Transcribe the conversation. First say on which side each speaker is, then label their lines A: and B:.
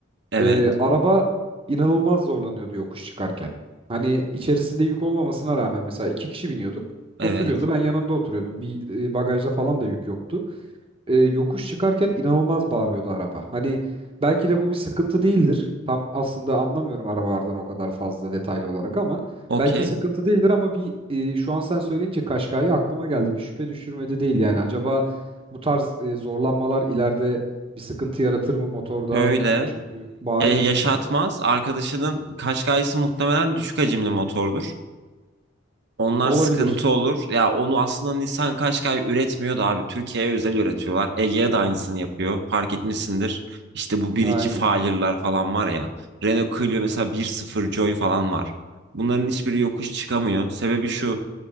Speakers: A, on the right; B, on the right.
A: Evet.
B: E, araba inanılmaz zorlanıyordu yokuş çıkarken. Hani içerisinde yük olmamasına rağmen mesela iki kişi biniyorduk.
A: Evet.
B: O sürüyordu ben yanında oturuyordum. Bir e, bagajda falan da yük yoktu e, yokuş çıkarken inanılmaz bağırıyordu araba. Hani belki de bu bir sıkıntı değildir. Tam aslında anlamıyorum arabalardan o kadar fazla detaylı olarak ama
A: Okey.
B: belki sıkıntı değildir ama bir e, şu an sen söyleyince Kaşkay'ı aklıma geldi. Bir şüphe düşürmedi değil yani. Acaba bu tarz e, zorlanmalar ileride bir sıkıntı yaratır mı motorda?
A: Böyle
B: Hani çünkü bağırıyor
A: yaşatmaz.
B: çünkü motor.
A: Arkadaşının Qashqai'si muhtemelen düşük hacimli motordur. Onlar
B: Olabilir.
A: sıkıntı olur. Ya onu aslında Nissan Qashqai üretmiyor da abi. Türkiye'ye özel üretiyorlar. Ege'ye de aynısını yapıyor. Fark etmişsindir. İşte bu bir
B: Aynen.
A: iki Fire'lar falan var ya. Renault Clio mesela bir sıfır Joy falan var. Bunların hiçbiri yokuş çıkamıyor. Sebebi şu.